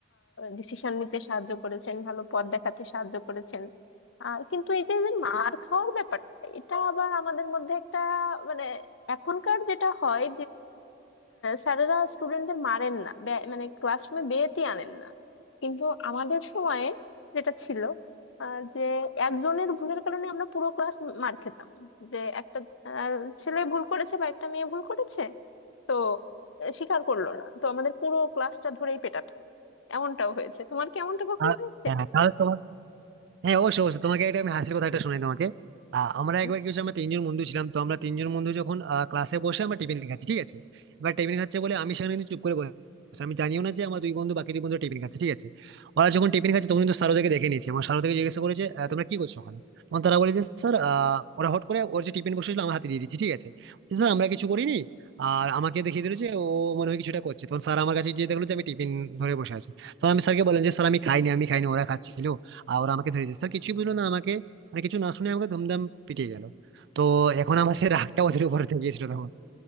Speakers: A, on the left; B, on the right.
A: ডিসিশন নিতে সাহায্য করেছেন ভালো পথ দেখাতে সাহায্য করেছেন আর কিন্তু এই যে যে মার খাওয়ার ব্যাপারটা এটা আবার আমাদের মধ্যে একটা মানে এখনকার যেটা হয় স্যারেরা স্টুডেন্টদের মারেন না বে- মানে ক্লাসরুমে বেতি আনেন না কিন্তু আমাদের সময়ে যেটা ছিল আহ, যে একজনের ভুলের কারণে আমরা পুরো ক্লাস মার খেতাম যে একটা আহ, ছেলে ভুল করেছে বা একটা মেয়ে ভুল করেছে তো আহ, স্বীকার করলো না তো আমাদের পুরো ক্লাসটা ধরেই পেটাতো এমনটাও হয়েছে তোমার কি এমনটা কখনো
B: আর
A: হয়েছে
B: হ্যাঁ, তাহলে তোমার হ্যাঁ অবশ্যই অবশ্যই তোমাকে এটা আমি হাসির কথা একটা শোনাই তোমাকে আহ, আমরা
A: হ্যাঁ?
B: একবার কি হচ্ছে আমরা তিনজন বন্ধু ছিলাম তো আমরা তিনজন বন্ধু যখন ক্লাসে বসে আমরা টিফিন খাচ্ছি ঠিক আছে এবার টিফিন খাচ্ছে বলে আমি সেখানে কিন্তু চুপ করে বসে আছি। আমি জানিও না যে আমার দুই বন্ধু বাকি দুই বন্ধু টিফিন খাচ্ছে ঠিক আছে ওরা যখন টিফিন খাচ্ছে তখন কিন্তু স্যার ওদেরকে দেখে নিয়েছে আমার স্যার ওদেরকে জিজ্ঞেস করেছে আহ, তোমরা কি করছো ওখানে তখন তারা বলে যে স্যার আহ, ওরা হট করে ওর যে টিফিন বসেছিল আমার হাতে দিয়ে দিচ্ছে ঠিক আছে স্যার আমরা কিছু করিনি আর আমাকে দেখিয়ে দিল যে ও মনে হয় কিছুটা করছে তখন স্যার আমার কাছে গিয়ে দেখলো যে আমি টিফিন ধরে বসে আছি তখন আমি স্যারকে বললাম যে স্যার আমি খাইনি আমি খাইনি ওরা খাচ্ছিল আর ওরা আমাকে ধরিয়ে দিয়েছে স্যার কিছুই বুঝলো না আমাকে মানে কিছু না শুনে আমাকে ধুমধাম পিটিয়ে গেল তো এখন আমার সেই রাগটা ওদের উপর থেকে গিয়েছিল তখন